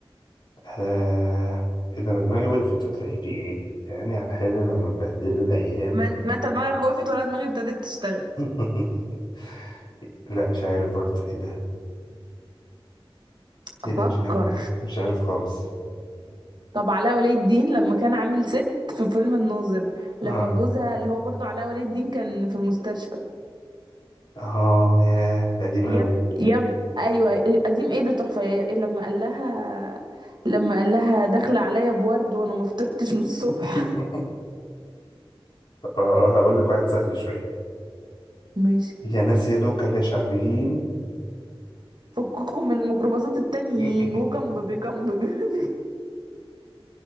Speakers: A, on the left (about 50°); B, on the right (about 50°).
A: آه... ايه ده انا دماغي وقفت هتلاقي في ايه يعني على الحلو لما بهدله الايام
B: ما, انت- ما انت دماغك وقفت ولا دماغي ابتدت تشتغل
A: <laughs> لا مش عارف برضه ايه ده ايه
B: افكر
A: ده مش عارف مش عارف خالص
B: طب علاء ولي الدين لما كان عامل ست في فيلم الناظر
A: اه
B: لما جوزها اللي هو برضه علاء ولي الدين كان في المستشفى
A: اه ياه ده قديم
B: يا
A: قوي
B: ابني يا ابني ايوه قديم ايه ده تحفه يا- لما قال لها لما قال لها داخله عليا بورد وانا ما فطرتش من الصبح
A: <laughs> طب هقول لك واحد سهل شوية
B: <laughs> ماشي
A: يا ناس يا لوكال يا شعبيين
B: فككم من الميكروباصات التانيين
A: <laughs>
B: وكم بيبي كم بيبي <laughs>